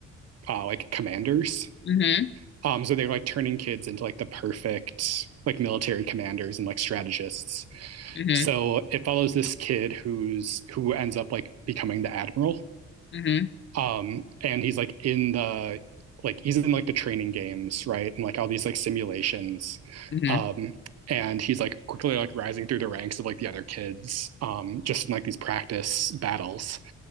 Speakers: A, on the right (about 55°); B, on the left (about 40°).
A: uh, like commanders.
B: Mm-hmm.
A: Um, so they're like turning kids into like the perfect like military commanders and like strategists.
B: Mm-hmm.
A: So it follows this kid who's who ends up like becoming the admiral.
B: Mm-hmm.
A: Um, and he's like in the like he's in like the training games, right? And like all these like simulations.
B: Mm-hmm.
A: Um, and he's like quickly like rising through the ranks of like the other kids, um, just in like these practice battles.